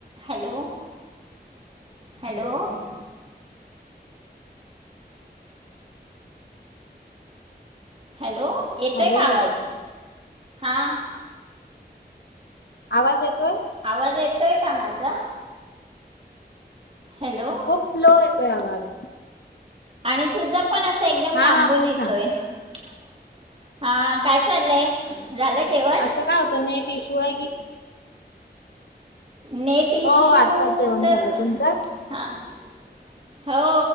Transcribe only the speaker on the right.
हॅलो, <inaudible> हॅलो, <inaudible> हॅलो येतोय
का आवाज? <inaudible> हा.
आवाज येतोय का माझा? <inaudible> हॅलो
<inaudible> आणि तुझं पण असं एकदम
लांबून
येतोय.
<inaudible> हा, काय चाललंय? झालं
जेवण
नेट
इशू
तर
<inaudible> हा <inaudible> हो